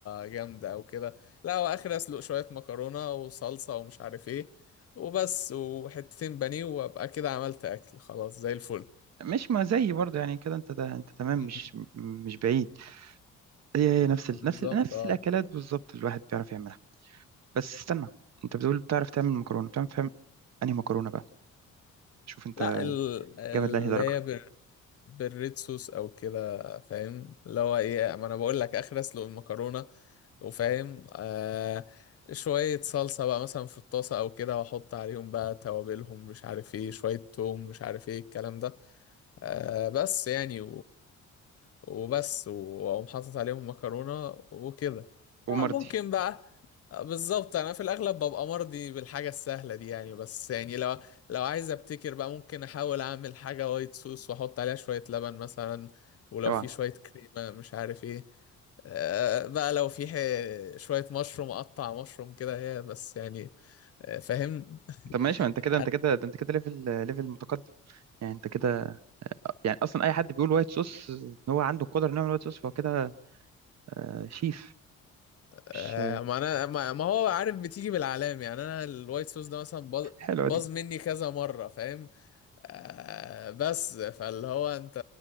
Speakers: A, on the left; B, on the right.
A: جامدة او كده لا هو اخر اسلق شوية مكرونة وصلصة ومش عارف ايه وبس وحتتين بانيه وابقى كده عملت اكل خلاص زي الفل
B: مش ما زي برضه يعني كده انت ده انت تمام
A: مم.
B: مش م- مش بعيد هي هي نفس ال...
A: بالظبط
B: نفس ال... نفس
A: اه
B: الاكلات بالظبط الواحد بيعرف يعملها بس استنى انت بتقول بتعرف تعمل مكرونه بتعرف تعمل انهي مكرونه بقى شوف انت
A: لا ال- اللي
B: جامد لانهي درجه
A: هي بالريد صوص او كده فاهم اللي هو ايه ما انا بقول لك اخر اسلق المكرونه وفاهم آه شويه صلصه بقى مثلا في الطاسه او كده واحط عليهم بقى توابلهم مش عارف ايه شويه توم مش عارف ايه الكلام ده آه بس يعني وبس واقوم حاطط عليهم مكرونة وكده
B: ومرضي
A: آه ممكن بقى آه، بالظبط انا في الاغلب ببقى مرضي بالحاجة السهلة دي يعني بس يعني لو لو عايز ابتكر بقى ممكن احاول اعمل حاجة وايت صوص واحط عليها شوية لبن مثلا ولو
B: اوعى
A: في شوية كريمة مش عارف ايه آه بقى لو في ح- شوية مشروم اقطع مشروم كده هي بس يعني آه، فاهم
B: طب ماشي ما انت
A: <laughs>
B: كده انت كده ده انت كده ليفل ليفل متقدم يعني انت كده يعني اصلا اي حد بيقول وايت صوص ان هو عنده القدره انه يعمل وايت صوص فهو كده آه شيف
A: آه،
B: مش
A: ما انا ما ما هو عارف بتيجي بالعلام يعني انا الوايت صوص ده مثلا باظ
B: حلوه
A: باظ
B: دي
A: مني كذا مره فاهم آه بس فاللي هو انت